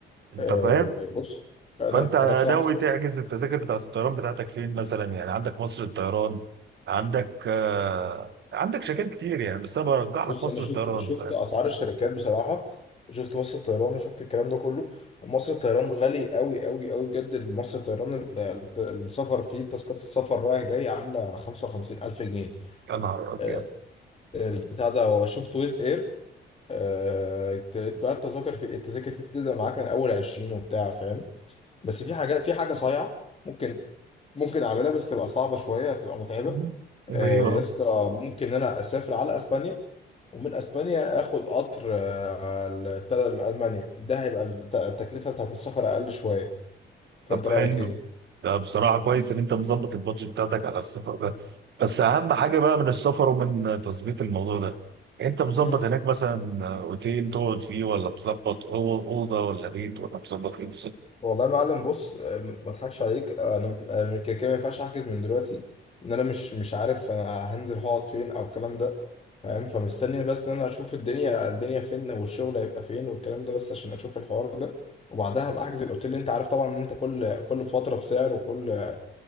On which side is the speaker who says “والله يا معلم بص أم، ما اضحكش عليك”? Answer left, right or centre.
Left